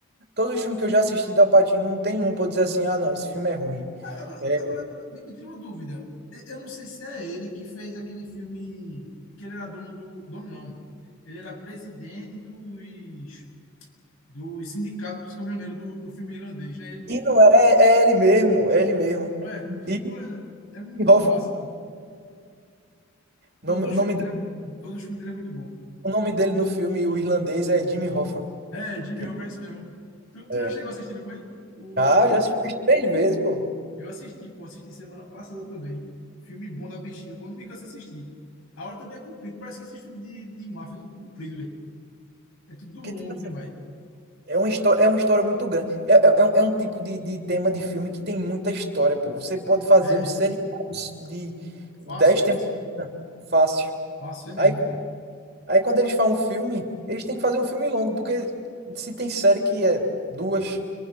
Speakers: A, on the right; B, on the left.
A: todos os filmes que eu já assisti do Al Pacino, não tem um pra eu dizer assim, ah, não, esse filme é ruim.
B: A- Agora,
A: É,
B: agora me, me tira uma dúvida. E- Eu não sei se é ele que fez aquele filme que ele era dono do... Dono, não. Ele era presidente dos, dos sindicatos caminhoneiros do, do filme irlandês, né? Ele,
A: e não é, é ele mesmo, é
B: e,
A: ele mesmo.
B: ué, que,
A: E
B: ué, é muito
A: Jimmy Hoffa.
B: massa, pô. Todos
A: O nome,
B: os
A: o nome
B: filmes
A: dele,
B: dele é muito bom. Todos os filmes dele é muito bom.
A: o nome dele no filme, o irlandês, é Jimmy Hoffa.
B: É, Jimmy
A: Que-
B: Roberts mesmo. Tu, tu
A: É.
B: já chegou assistindo, foi? O
A: Ah,
B: irlandês?
A: já assisti umas três vezes, pô.
B: Eu assisti, pô, assisti semana passada também. Filme bom da bexiga, pô, não me canso de assistir. A hora também é comprida, parece que esse filme de, de máfia é tudo comprido, velho. É tudo
A: Porque,
B: longo
A: tipo,
B: demais.
A: É uma história, é uma história muito grande. É, é, é um é um tipo de, de tema de filme que tem muita história, pô. Você pode fazer
B: É,
A: um seriado de dez
B: fácil, fácil.
A: temporadas fácil.
B: Fácil, é mesmo.
A: Aí, aí quando eles fazem um filme, eles têm que fazer um filme longo, porque se tem série que é duas,